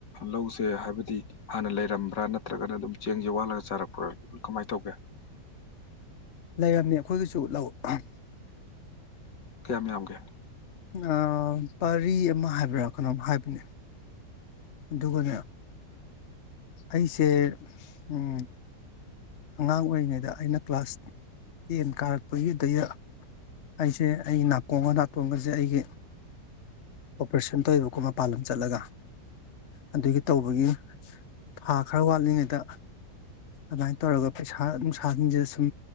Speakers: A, on the left; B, on the left.
A: ꯂꯧꯁꯦ ꯍꯥꯏꯕꯗꯤ ꯍꯥꯟꯅ ꯂꯩꯔꯝꯕ꯭ꯔꯥ ꯅꯠꯇ꯭ꯔꯒꯅ ꯑꯗꯨꯝ ꯆꯦꯡ ꯋꯥꯜꯂꯒ ꯆꯥꯔꯛꯄ꯭ꯔꯥ ꯀꯃꯥꯏ ꯇꯧꯒꯦ
B: ꯂꯩꯔꯝꯃꯦ ꯑꯩꯈꯣꯏꯒꯤꯁꯨ ꯂꯧ ꯑꯍ
A: ꯀꯌꯥꯝ ꯌꯥꯝꯒꯦ
B: ꯑ ꯄꯔꯤ ꯑꯃ ꯍꯥꯏꯕ꯭ꯔꯥ ꯀꯩꯅꯣꯝ ꯍꯥꯏꯕꯅꯦ ꯑꯗꯨꯒꯅꯦ ꯑꯩꯁꯦ ꯎꯝ ꯑꯉꯥꯡ ꯑꯣꯏꯔꯤꯉꯩꯗ ꯑꯩꯅ ꯀ꯭ꯂꯥꯁ ꯇꯦꯟ ꯀꯥꯔꯛꯄꯒꯤꯗꯩꯗ ꯑꯩꯁꯦ ꯑꯩ ꯅꯥꯀꯣꯡꯒ ꯅꯥꯇꯣꯟꯒꯖꯦ ꯑꯩꯒꯤ ꯑꯣꯄ꯭ꯔꯦꯁꯟ ꯇꯧꯋꯦꯕꯀꯣ ꯃꯄꯥꯟ ꯂꯝ ꯆꯠꯂꯒ ꯑꯗꯨꯒꯤ ꯇꯧꯕꯒꯤ ꯊꯥ ꯈꯔ ꯋꯥꯠꯂꯤꯉꯩꯗ ꯑꯗꯨꯃꯥꯏ ꯇꯧꯔꯒ ꯄꯩꯁꯥ ꯅꯨꯡꯁꯥꯁꯤꯡꯁꯦ ꯁꯨꯝ